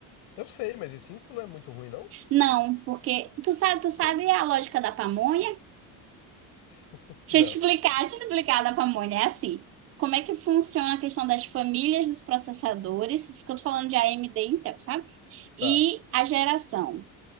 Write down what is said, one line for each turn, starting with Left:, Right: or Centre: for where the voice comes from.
Left: Eu sei, mas e 5 não é muito ruim, não?
Right: Não, porque tu sabe, tu sabe
Left: Tem?
Right: a lógica da pamonha?
Left: <laughs> Não.
Right: Deixa eu te explicar, deixa eu te explicar da pamonha. É assim, como é que funciona a questão das famílias dos processadores, isso que eu tô falando de AMD e Intel, sabe?
Left: Tá.
Right: E a geração.